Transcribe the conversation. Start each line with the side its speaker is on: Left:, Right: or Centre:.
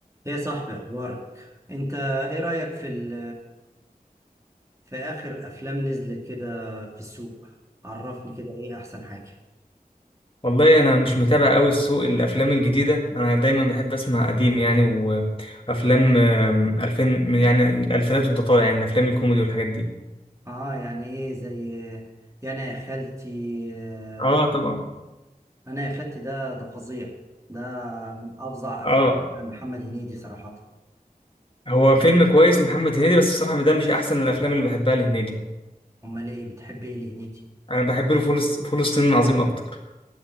Right: يا صاحبي اخبارك انت ايه رأيك في ال في اخر افلام نزلت كده في السوق عرفني كده ايه احسن حاجة
Left: والله انا مش متابع قوي السوق الافلام الجديده انا دايما بحب اسمع قديم يعني وافلام آم، 2000 من- يعني الالفينات وانت طالع يعني افلام الكوميدي والحاجات دي
Right: اه يعني ايه زي يا انا يا خالتي آه،
Left: اه طبعا
Right: انا يا خالتي ده ده فظيع ده من افظع
Left: اه
Right: افلام محمد هنيدي صراحة
Left: هو فيلم كويس لمحمد هنيدي بس الصراحه ده مش احسن الافلام اللي بحبها لهنيدي
Right: امال ايه بتحب ايه لهنيدي
Left: انا بحب له فول فول الصين العظيم اكتر